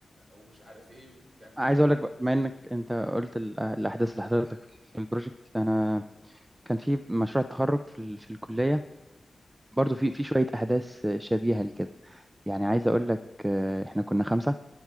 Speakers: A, on the right; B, on the right.
A: ومش عارف ايه وكان
B: عايز
A: ايه
B: اقول لك بقى، بما انك انت قلت ال- الاحداث اللي حصلت لك في في البروجكت انا كان في مشروع التخرج في ال- في الكلية برضو في في شوية احداث شبيهة لكده يعني عايز اقول لك آه، احنا كنا خمسة